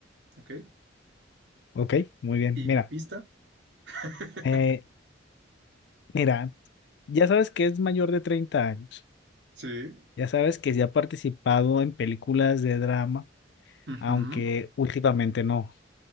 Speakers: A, on the right; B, on the left.
A: ok.
B: Ok, muy bien.
A: ¿Y
B: Mira,
A: mi pista? <laughs>
B: eh, mira, ya sabes que es mayor de 30 años.
A: Sí.
B: Ya sabes que se ha participado en películas de drama
A: Ujú,
B: aunque últimamente no.